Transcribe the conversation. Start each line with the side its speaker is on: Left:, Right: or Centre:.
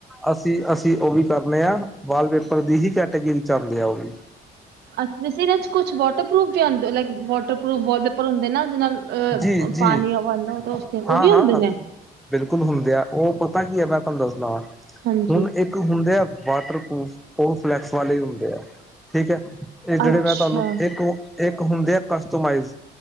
Centre: ਅਸੀਂ ਅਸੀਂ ਉਹ ਵੀ ਕਰਨੇ ਹਾਂ ਵਾਲਪੇਪਰ ਦੀ ਹੀ ਕੈਟੇਗਰੀ ਚ ਆਉਂਦੇ ਆ ਉਹ ਵੀ।
Right: ਅੱਛਾ ਇਹਦੇ ਚ ਕੁਛ ਵਾਟਰਪੂਫ ਵੀ ਆਉਂਦਾ। ਵਾਟਰਪਰੂਫ ਵਾਲਪੇਪਰ ਹੁੰਦੇ ਨਾ ਜਿਹਨਾ ਅ
Centre: ਜੀ ਜੀ
Right: ਪਾਣੀ ਆਉਦਾ ਤਾਂ। ਉਹ
Centre: ਹਾਂ
Right: ਵੀ
Centre: ਹਾਂ
Right: ਹੁੰਦੇ ਨੇ
Centre: ਬਿਲਕੁਲ ਹੁੰਦੇ ਆ, ਉਹ ਪਤਾ ਕੀ ਹੈ ਮੈਂ ਤੁਹਾਨੂੰ ਦੱਸਦਾ ਵਾਂ
Right: ਹਾਂਜੀ
Centre: ਹੁਣ ਇੱਕ। ਇੱਕ ਹੁੰਦੇ ਆ ਵਾਟਰਪਰੂਫ ਕੋਫਲੈਕਸ ਵਾਲੇ ਹੁੰਦੇ ਆ। ਠੀਕ ਹੈ, ਇਹ ਜਿਹੜੇ
Right: ਅੱਛਾ
Centre: ਮੈਂ ਤੁਹਾਨੂੰ ਇੱਕ ਇੱਕ ਹੁੰਦੇ ਆ ਕਸਟਮਾਈਜ਼।